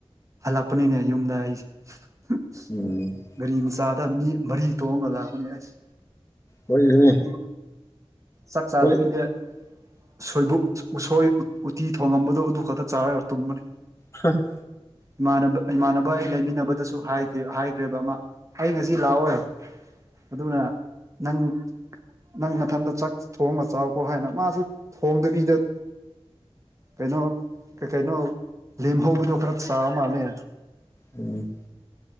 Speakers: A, on the right; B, on the left.
A: ꯍꯜꯂꯛꯄꯅꯤꯅꯦ ꯌꯨꯝꯗ ꯑꯩꯁꯦ <unintelligible>
B: ꯎꯝ
A: ꯒꯥꯔꯤ ꯃꯆꯥꯗ ꯃꯤ ꯃꯔꯤ ꯇꯣꯛꯑꯝꯒ ꯂꯥꯛꯄꯅꯦ ꯑꯁ
B: ꯍꯣꯏꯁꯨꯅꯦ
A: ꯑꯗꯨꯗꯗꯤ ꯆꯛ ꯆꯥꯗꯕꯤꯗ
B: ꯍꯣꯏ
A: ꯁꯣꯏꯕꯨꯝ ꯎꯁꯣꯏ ꯎꯇꯤ ꯊꯣꯡꯉꯝꯕꯗꯨ ꯑꯗꯨ ꯈꯛꯇ ꯆꯥꯔꯒ ꯇꯨꯝꯕꯅꯤ
B: ꯍ <inaudible>
A: ꯏꯃꯥꯟꯅꯕ ꯏꯃꯥꯟꯅꯕ ꯑꯩ ꯂꯩꯃꯤꯟꯅꯕꯗꯁꯨ ꯍꯥꯏꯈ꯭ꯔꯦꯕ ꯑꯃ ꯑꯩ ꯉꯁꯤ ꯂꯥꯛꯑꯣꯏ ꯑꯗꯨꯅ ꯅꯪ ꯅꯪ ꯅꯊꯟꯇ ꯆꯥꯛ ꯊꯣꯡꯉ ꯆꯥꯎꯀꯣ ꯍꯥꯏꯅ ꯃꯥꯁꯨ ꯊꯣꯡꯗꯔꯤꯗ ꯀꯩꯅꯣ ꯀꯩ ꯀꯩꯅꯣ ꯂꯦꯝꯍꯧꯕꯗꯣ ꯈꯔ ꯆꯥꯕ ꯃꯥꯥꯜꯂꯦ
B: ꯎꯝ